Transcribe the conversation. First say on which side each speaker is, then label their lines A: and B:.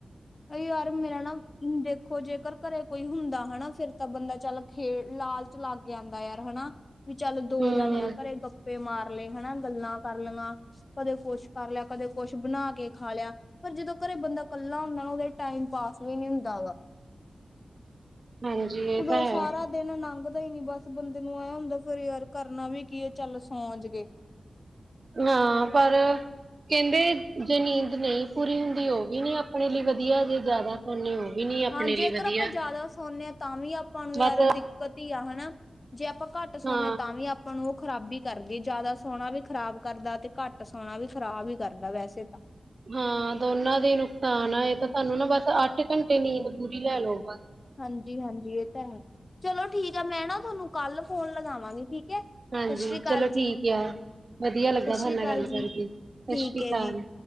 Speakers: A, on the left (about 40°); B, on the right (about 45°).
A: ਊ ਯਾਰ ਮੇਰਾ ਨਾ <unintelligible> ਦੇਖੋ ਜੇਕਰ ਕਰੇ ਕੋਈ ਹੁੰਦਾ ਹਨਾ ਫੇਰ ਤਾਂ ਬੰਦਾ ਚੱਲ ਖੇਡ ਲਾਲਚ ਲੱਗ ਜਾਂਂਦਾ ਯਾਰ ਹਨਾ। ਵੀ ਚੱਲ ਦੋ
B: ਹੂੰ
A: ਜਾਣੇ ਆ ਕਰੇ ਗੱਪੇ ਮਾਰ ਲਏ ਹਨਾ ਗੱਲਾਂ ਕਰ ਲਈਆਂ। ਕਦੇ ਕੁਛ ਕਰ ਲਿਆ ਕਦੇ ਕੁਛ ਬਣਾ ਕੇ ਖਾ ਲਿਆ, ਪਰ ਜਦੋਂ ਕਰੇ ਬੰਦਾ ਕੱਲਾ ਹੁੰਦਾ। ਉਹਦੇ ਟਾਈਮ ਪਾਸ ਵੀ ਨੀ ਹੁੰਦਾ ਐ ਗਾ,
B: ਹਾਂਜੀ
A: ਉਦੋਂ
B: ਇਹ ਤਾਂ
A: ਸਾਰਾ
B: ਹੈ।
A: ਦਿਨ ਲੰਘਦਾ ਹੀ ਨੀ ਬਸ ਬੰਦੇ ਨੂੰ ਐ ਹੁੰਦਾ ਫੇਰ ਯਾਰ ਕਰਨਾ ਵੀ ਕੀ ਚੱਲ ਸੋ ਜੀਏ।
B: ਹਾਂ, ਪਰ ਕਹਿੰਦੇ ਜੇ ਨੀਂਦ ਨਹੀਂ ਪੂਰੀ ਹੁੰਦੀ ਉਹ ਵੀ ਨੀ ਆਪਣੇ ਲਈ ਵਧੀਆ ਜੇ ਜ਼ਿਆਦਾ ਨੇ ਉਹ ਵੀ ਨੀ ਆਪਣੇ
A: ਹਾਂ,
B: ਲਈ
A: ਜੇਕਰ
B: ਵਧੀਆ
A: ਆਪਾਂ ਜਾਦਾ ਸੋਨੇ ਹਾਂ ਤਾਂ ਵੀ ਆਪਾਂ ਨੂੰ ਯਾਰ
B: ਬਸ
A: ਦਿੱਕਤ ਹੀ ਆ ਹਨਾ ਜੇ ਆਪਾਂ ਘੱਟ ਸੌਦੇ
B: ਹਾਂ
A: ਹ ਤਾਂ ਵੀ ਆਪਾਂ ਆਪਾਂ ਨੂੰ ਉਹ ਖ਼ਰਾਬੀ ਕਰਦੀ ਜ਼ਿਆਦਾ ਸੋਣਾ ਵੀ ਖ਼ਰਾਬ ਕਰਦਾ ਤੇ, ਕੱਟ ਸੋਣਾ ਵੀ ਖ਼ਰਾਬ ਹੀ ਕਰਦਾ ਵੈਸੇ ਤਾਂ।
B: ਹਾਂ ਦੋਨਾਂ ਦੇ ਨੁਕਸਾਨ ਆ ਇਹ ਤਾਂ ਸਾਨੂੰ ਨਾ ਬਸ ਅੱਠ ਘੰਟੇ ਨੀਂਦ ਪੂਰੀ ਲੈ ਲੋ।
A: ਹਾਂਜੀ-ਹਾਂਜੀ, ਇਹ ਤਾਂ ਹੈ ਚਲੋ ਠੀਕ ਆ ਮੈਂ ਨਾ ਤੁਹਾਨੂੰ ਕੱਲ ਫੋਨ ਲਗਾਵਾਂਗੀ ਠੀਕ ਐ। ਸਤਿ
B: ਹਾਂਜੀ
A: ਸ੍ਰੀ ਅਕਾਲ,
B: ਚਲੋ
A: ਜੀ
B: ਠੀਕ ਆ ਵਧੀਆ ਲੱਗਾ
A: ਸਤਿ
B: ਤੁਹਾਡੇ
A: ਸ੍ਰੀ
B: ਨਾਲ
A: ਅਕਾਲ
B: ਗੱਲ
A: ਜੀ
B: ਕਰਕੇ ਸਤਿ
A: ਠੀਕ
B: ਸ੍ਰੀ ਅਕਾਲ
A: ਐ ਜੀ।